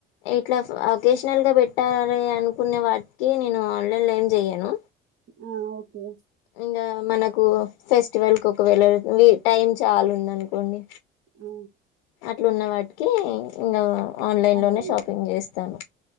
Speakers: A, on the left (about 70°); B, on the right (about 40°).
A: ఇట్లా ఆఫ్ వకేషనల్గా పెట్టాలి అనుకునే వాటికి నేను ఆన్లైన్లో ఏం చెయను
B: ఆ ఓకే
A: ఇంకా మనకు ఫెస్టివల్ కు ఒకవేళ టైమ్ చాలా ఉందను కొండి
B: ఆ,
A: అట్లా ఉన్న వాటికి ఇంకా ఆన్లైన్
B: ఆ
A: లోనే
B: లేదు
A: షాపింగ్
B: లేదు అండి
A: చేస్తాను